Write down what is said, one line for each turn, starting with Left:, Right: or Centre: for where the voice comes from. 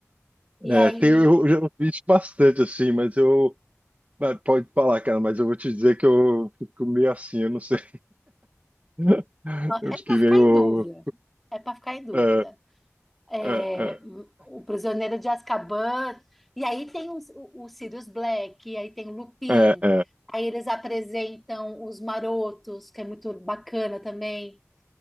Centre: E
Right: É,
Centre: aí
Right: é, tem, eu já ouvi isso bastante, assim, mas eu. mas Pode falar, cara, mas eu vou te dizer que eu fico meio assim, eu não sei. <laughs>
Centre: ó,
Right: Eu
Centre: é
Right: fiquei
Centre: para ficar
Right: meio.
Centre: em dúvida. É para ficar em dúvida.
Right: É,
Centre: É,
Right: é,
Centre: o Prisioneiro de Azkaban, e aí tem os- o, o Sirius Black, e aí tem o Lupin.
Right: é, é, é.
Centre: Aí eles apresentam os Marotos, que é muito bacana também.